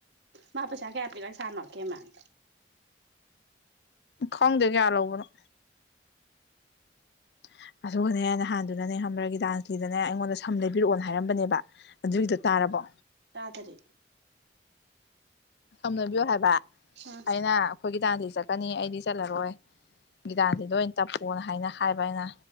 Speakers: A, on the right; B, on the left.
A: ꯃꯥ ꯄꯩꯁꯥ ꯀꯌꯥ ꯄꯤꯔꯛꯖꯠꯅꯣ ꯑꯀꯦꯃꯟ
B: ꯈꯪꯗꯦ ꯀꯌꯥ ꯂꯧꯕꯅꯣ <unintelligible> ꯑꯗꯨꯒꯅꯦ ꯅꯍꯥꯟꯗꯨꯅꯅꯦ ꯈꯪꯕ꯭ꯔ ꯒꯤꯇꯥꯟꯖꯂꯤꯗꯅꯦ ꯑꯩꯉꯣꯟꯗ ꯁꯝ ꯂꯩꯕꯤꯔꯛꯑꯣꯅ ꯍꯥꯏꯔꯝꯕꯅꯦꯕ ꯑꯗꯨꯒꯤꯗꯣ ꯇꯥꯔꯕꯣ
A: ꯇꯥꯗꯔꯦ
B: ꯁꯝꯅꯕꯤꯌꯨ ꯍꯥꯏꯕ
A: ꯑꯥ
B: ꯑꯩꯅ ꯑꯈꯣꯏ ꯒꯤꯇꯥꯟ ꯆꯠꯀꯅꯤ ꯑꯩꯗꯤ ꯆꯠꯂꯔꯣꯏ ꯒꯤꯗꯥꯟꯗꯤ ꯑꯣꯏ ꯇꯞꯄꯣꯅ ꯍꯥꯏꯅ ꯍꯥꯏꯕ ꯑꯩꯅ